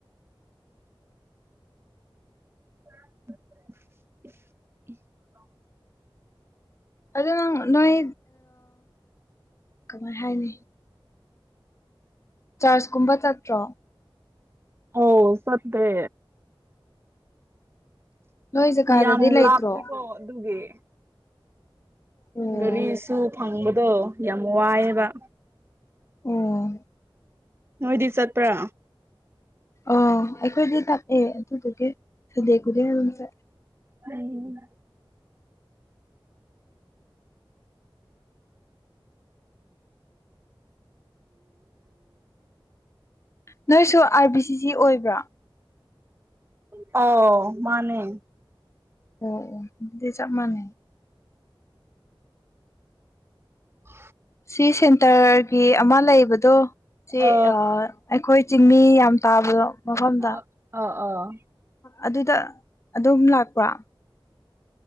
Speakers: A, on the right; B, on the left.
A: <unintelligible>
B: ꯑꯗ ꯅꯪ ꯅꯣꯏ ꯀꯃꯥꯏ ꯍꯥꯏꯅꯤ ꯆꯥꯔꯖ ꯀꯨꯝꯕ ꯆꯠꯇ꯭ꯔꯣ
A: ꯑꯣ ꯆꯠꯇꯦ
B: ꯅꯣꯏ ꯖꯒꯥꯗꯗꯤ
A: ꯌꯥꯝ
B: ꯂꯩꯇ꯭ꯔꯣ
A: ꯂꯥꯞꯇꯦꯀꯣ ꯑꯗꯨꯒꯤ
B: ꯑꯣ
A: ꯒꯥꯔꯤꯁꯨ ꯐꯪꯕꯗꯣ ꯌꯥꯝ ꯋꯥꯏꯑꯕ
B: ꯑꯣ
A: ꯅꯣꯏꯗꯤ ꯆꯠꯄ꯭ꯔꯥ
B: ꯑ ꯑꯩꯈꯣꯏꯗꯤ ꯇꯥꯛꯑꯦ ꯑꯗꯨꯗꯨꯒꯤ ꯁꯗꯦ ꯈꯨꯗꯤꯡ ꯑꯗꯨꯝ ꯆꯠꯂꯦ
A: ꯎꯝ
B: ꯅꯣꯏꯁꯨ ꯑꯥꯔ ꯕꯤ ꯁꯤ ꯁꯤ ꯑꯣꯏꯕ꯭ꯔꯥ
A: ꯑꯣ ꯃꯥꯅꯦ
B: ꯑꯣ ꯑꯣ ꯑꯗꯨꯗꯤ ꯆꯞ ꯃꯥꯟꯅꯩ
A: ꯎ
B: ꯁꯤ ꯁꯦꯟꯇꯔꯒꯤ ꯑꯃ ꯂꯩꯕꯗꯣ ꯁꯤ
A: ꯑ
B: ꯑꯩꯈꯣꯏ ꯆꯤꯡꯃꯤ ꯌꯥꯝ ꯇꯥꯕꯗ ꯃꯐꯝꯗ
A: ꯑꯥ ꯑꯥ
B: ꯑꯗꯨꯗ ꯑꯗꯨꯝ ꯂꯥꯛꯄꯥ